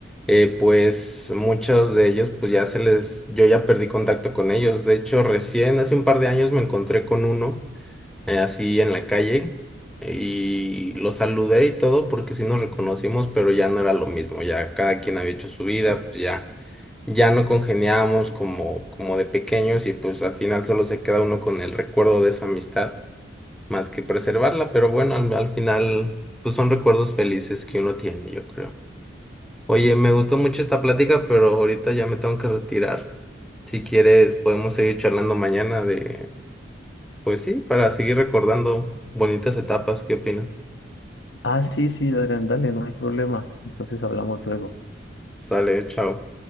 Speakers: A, in the centre; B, on the left.
A: eh, pues muchos de ellos, pues ya se les, yo ya perdí contacto con ellos. De hecho, recién hace un par de años me encontré con uno, eh, así en la calle, y lo saludé y todo porque sí nos reconocimos, pero ya no era lo mismo, ya cada quien había hecho su vida, pues ya ya no congeniábamos como, como de pequeños y pues al final solo se queda uno con el recuerdo de esa amistad más que preservarla, pero bueno, al, al final pues son recuerdos felices que uno tiene, yo creo. Oye, me gustó mucho esta plática, pero ahorita ya me tengo que retirar. Si quieres, podemos seguir charlando mañana de, pues sí, para seguir recordando bonitas etapas. ¿Qué opinas?
B: Ah, sí, sí, Adrián, dale, no hay problema. Entonces hablamos luego.
A: Sale, chao.